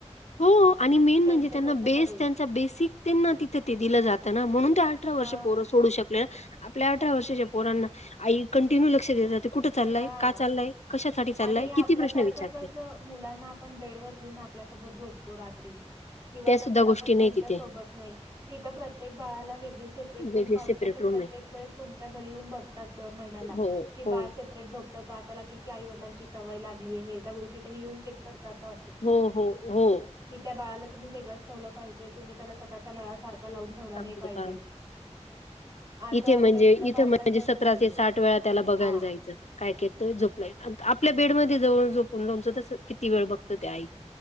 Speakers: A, on the left; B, on the right.
A: हो आणि मेन
B: त्यांच
A: म्हणजे त्यांना
B: त्यांच
A: बेस
B: करून
A: त्यांचा बेसिक त्यांना तिथे ते दिलं जातं ना म्हणून ते अठरा वर्ष.
B: हा
A: पोर सोडू शकले आपल्या अठरा वर्षाच्या पोरांना आई कंटिन्यू लक्ष देतात. कुठं चालय?
B: हा.
A: का चालय? कशासाठी चाललाय?
B: आणि आपल्यासारखं
A: किती प्रश्न विचारते.
B: कसं मुलांना आपण बेड वर घेऊन आपल्यासोबत झोपतो रात्री. किंवा
A: त्या
B: सतत
A: सुद्धा
B: आपण
A: गोष्टी नाही
B: त्यांच्या
A: तिथे.
B: सोबत नाही. तिथं प्रत्येक बाळाला वेगळी सेपरेट रूम
A: वेगळी
B: पाहिजे
A: सेपरेट
B: ते
A: रूम
B: प्रत्येक
A: आहे.
B: वेळेस तुमच्या घरी येऊन बघतात दर महिन्याला.
A: हो.
B: की बाळ
A: हो.
B: सेपरेट झोपतं का त्याला किती आई वडलांची सवय लागली आहे त्या गोष्टी त्यांनी येऊन चेक करत आता.
A: हो, हो, हो.
B: क त्या बाळाला तु् वेगळंच ठेवलं पाहिजे तुम्ही त्याला स्वतःचाळाारख लाउन. ठेवला
A: सांगतो
B: नाही पाहिजे.
A: का
B: असं
A: इथे
B: आपल्या
A: म्हणजे
B: इकडं
A: इथे
B: भारतात
A: म्हणजे
B: तसं
A: सतरा
B: नाहीये
A: ते साठ वेळा त्याला बघायला
B: हा.
A: जायचं काय. झोपलाय आपल्या बेडमध्ये जळ जोपून लवनच तस किती वेळ बघतं ते आई.